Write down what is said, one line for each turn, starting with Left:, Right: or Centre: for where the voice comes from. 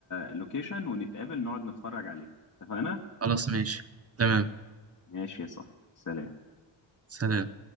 Left: اللوكيشن ونتقابل نقعد نتفرج عليه اتفقنا
Right: خلاص ماشي تمام
Left: ماشي يا صاحبي سلام
Right: سلام